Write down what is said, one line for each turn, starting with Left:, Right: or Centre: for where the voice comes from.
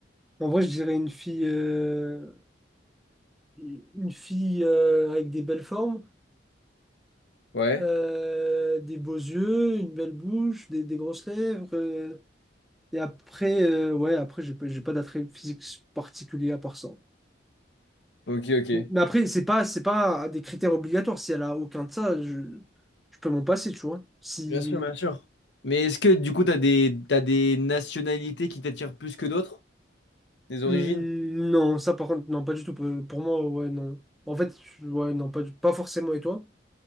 Centre: En vrai, je dirais une fille, euh, une fille euh, avec des belles formes.
Left: Ouais,
Centre: euh, des beaux yeux, une belle bouche, des, des grosses lèvres. euh, et après, euh, ouais, après, j'ai pas, j'ai pas d'attrait physique particulier à part ça.
Left: ok, ok.
Centre: Mais après, c'est pas, c'est pas des critères obligatoires. Si elle a aucun de ça, je, je peux m'en passer, tu vois. Si,
Left: Bien sûr, bien sûr. Mais est-ce que, du coup, t'as des, t'as des nationalités qui t'attirent plus que d'autres? Des origines?
Centre: Hmm, non, ça par contre, non, pas du tout. Pour pour moi, ouais, non. En fait, ouais, non, pas, du- pas forcément. Et toi?